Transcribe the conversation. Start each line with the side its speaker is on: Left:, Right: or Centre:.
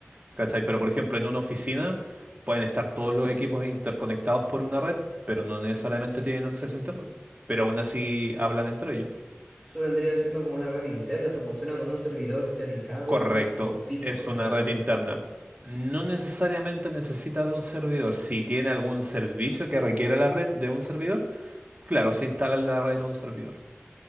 Right: ¿Cachai? Pero por ejemplo, en una oficina pueden estar todos los equipos interconectados por una red, pero no necesariamente tienen acceso a Internet. Pero aún así hablan entre ellos.
Centre: Eso vendría siendo como una red interna, eso funciona con un servidor dedicado
Right: Correcto,
Centre: como físico,
Right: es una
Centre: ¿cierto?
Right: red interna. No necesariamente necesita de un servidor. Si tiene algún servicio que requiera la red de un servidor, claro, se instala en la red de un servidor.